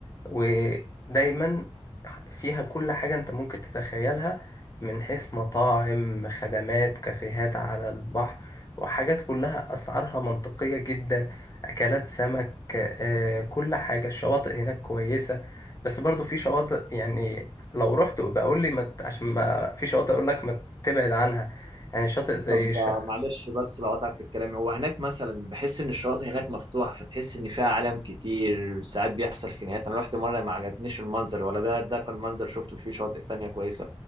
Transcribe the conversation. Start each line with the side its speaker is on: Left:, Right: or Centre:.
Left: ودايما فيها كل حاجة انت ممكن تتخيلها من حيث مطاعم خدمات كافيهات على البحر وحاجات كلها أسعارها منطقية جدا أكلات سمك آه، كل حاجة الشواطئ هناك كويسة بس برضو في شواطئ يعني لو رحت بقول لي مت عشان ما في شواطئ أقول لك ما تبعد عنها يعني شاطئ زي
Right: طب
Left: ش...
Right: آه، معلش بس لو قطعت في الكلام هو هناك مثلا بحس ان الشواطئ هناك مفتوحه فتحس ان فيها عالم كتير ساعات بيحصل خناقات انا رحت مره ما عجبنيش المنظر ولا ده ده كان منظر شفته فيه شواطئ تانية كويسه